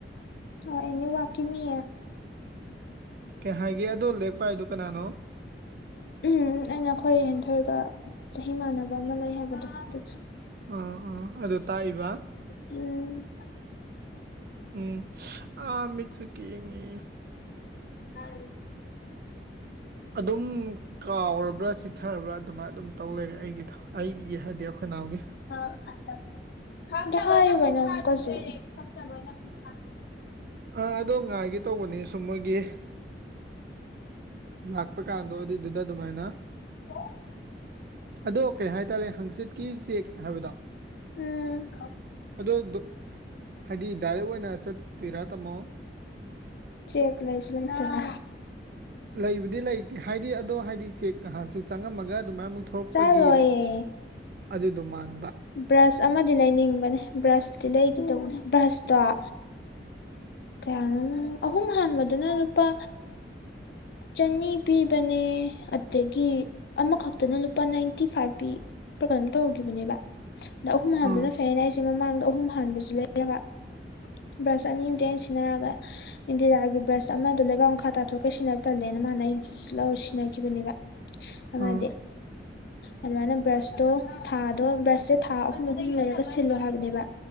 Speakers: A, on the left; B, on the right.
A: ꯑꯦꯅꯤ ꯋꯥꯛꯀꯤꯃꯤ
B: ꯀꯩ ꯍꯥꯏꯒꯦ ꯑꯗꯣ ꯂꯥꯏꯔꯤꯛ ꯄꯥꯏꯗꫭ ꯀꯅꯥꯅꯣ
A: ꯎꯝ ꯑꯩꯅ ꯑꯩꯈꯣꯏ ꯍꯦꯟꯊꯣꯏꯒ ꯆꯍꯤ ꯃꯥꯟꯅꯕ ꯑꯃ ꯂꯩ ꯍꯥꯏꯕꯗꫭ ꯑꯗꯨꯗꯨ
B: ꯎꯝ ꯎꯝ ꯑꯗꯨ ꯇꯥꯛꯏꯕ
A: ꯎꯝ
B: ꯎꯝ ꯏꯁ ꯑꯥ ꯃꯤꯠꯁꯦ ꯀꯦꯡꯉꯦ
A: ꯇꯥꯔꯦ
B: ꯑꯗꯨꯝ ꯀꯥꯎꯒ ꯕ꯭ꯔ ꯆꯨꯊꯔꯕ꯭ꯔꯥ ꯑꯗꯨꯃꯥꯏ ꯑꯗꯨꯝ ꯇꯧ ꯂꯩꯔꯦ ꯑꯩꯒꯤꯗꫭ ꯑꯩꯒꯤꯒꯤ ꯍꯥꯏꯗꯤ ꯑꯈꯣꯏꯅꯥꯎꯒꯤ
A: <unintelligible> ꯑꯗꯨ ꯍꯥꯏꯌꯨ ꯀꯩꯅꫭ ꯑꯃꯨꯛꯀ ꯍꯧꯖꯤꯛ <unintelligible>
B: ꯑ ꯑꯗꯣ ꯉꯥꯏꯒꯦ ꯇꯧꯕꯅꯦ ꯁꯨꯝ ꯃꯣꯏꯒꯤ ꯑ ꯂꯥꯛꯄ ꯀꯥꯟꯗꯣ ꯑꯗꯨꯏꯗꯨꯗ ꯑꯗꯨꯃꯥꯏꯅ
A: ꯍꫭ
B: ꯑꯗꯣ ꯀꯩ ꯍꯥꯏ ꯇꯥꯔꯦ ꯍꯪꯆꯤꯠꯀꯤ ꯆꯦꯛ ꯍꯥꯏꯕꯗꯣ
A: ꯎꯝ
B: ꯑꯗꯨꯗꯨ ꯍꯥꯏꯗꯤ ꯗꯥꯏꯔꯦꯛ ꯑꯣꯏꯅ ꯆꯠꯇꯣꯏꯔꯥ ꯇꯝꯃꯣ
A: ꯆꯦꯛ ꯂꯩꯁꯨ ꯂꯩꯇꯅ
B: ꯂꯩꯕꯨꯗꯤ ꯂꯩꯇꯦ ꯍꯥꯏꯗꯤ ꯑꯗꯣ ꯍꯥꯏꯗꯤ ꯆꯦꯛ ꯉꯍꯥꯛꯁꯨ ꯆꯪꯉꯝꯃꯒ ꯑꯗꯨꯃꯥꯏ ꯃꯨꯛ ꯊꯣꯛꯄꯒꯤ
A: ꯆꯠꯂꯣꯏꯌꯦ
B: ꯑꯗꯨꯗꯣ ꯃꯥꯟ
A: ꯕ꯭ꯔꯁ ꯑꯃꯗꯤ ꯂꯩꯅꯤꯡꯕꯅꯦ ꯕ꯭ꯔꯁꯇꯤ ꯂꯩꯒꯦꯇꯧꯕꯅꯦ ꯕ꯭ꯔꯁꯇꯣ ꯑ ꯀꯌꯥꯅꯣ ꯑꯍꯨꯝ ꯍꯥꯟꯕꯗꯨꯅ ꯂꯨꯄꯥ ꯆꯅꯤ ꯄꯤꯕꯅꯦ ꯑꯗꯒꯤ ꯑꯃꯈꯛꯇꯅ ꯂꯨꯄꯥ ꯅꯥꯏꯟꯇꯤ ꯐꯥꯏꯛ ꯄꯤ ꯄꯤꯛꯄꯔ ꯀꯩꯅꯣꯝ ꯇꯧꯉꯤꯕꯅꯦꯕ ꯑꯗꫭ ꯑꯍꯨꯝ ꯑꯍꯥꯟꯕꯅ
B: ꯑꯥ
A: ꯐꯩ ꯌꯦꯅ ꯑꯩꯁꯦ ꯃꯃꯥꯡꯗ ꯑ ꯑꯍꯨꯝ ꯍꯥꯟꯕꯁꯨ ꯂꯩꯌꯦꯕ ꯕ꯭ꯔꯁ ꯑꯅꯤ ꯑꯨꯇ ꯑꯩꯅ ꯁꯤꯖꯤꯟꯅꯔꯒ ꯏꯟꯗꯤꯔꯥꯒꯤ ꯕ꯭ꯔꯁ ꯑꯃꯗ ꯂꯩꯕꯥꯛ ꯃꯈꯥ ꯇꯥꯊꯣꯛꯀ ꯁꯤꯟꯅꯕ ꯇꯜꯂꯦꯅ ꯃꯅ ꯂ ꯆꯅꯥꯈꯤꯈꯤꯕꯅꯦꯕ ꯑꯃꯗꯤ
B: ꯑꯥ
A: ꯑꯗꯨꯃꯥꯏꯅ ꯕ꯭ꯔꯁꯇꯣ ꯊꯥꯗꯣ ꯕ꯭ꯔꯁ ꯁꯦ ꯊꯥ ꯑꯍꯨꯝ ꯑꯍꯨꯝ ꯂꯩꯔꯒ ꯁꯤꯜꯂꯣ ꯍꯥꯏꯕꯅꯦꯕ